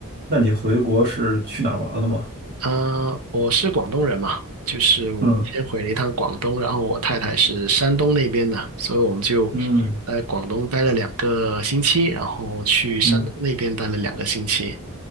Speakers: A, on the right; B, on the right.
A: 那你回国是去哪儿玩了吗？
B: 呃，我是广东人嘛，就是我们先回了一趟广东，
A: 嗯
B: 然后我太太是山东那边的，所以我们就
A: 嗯
B: 在广东待了两个星期，然后去山东那边待了两个星期。
A: 嗯，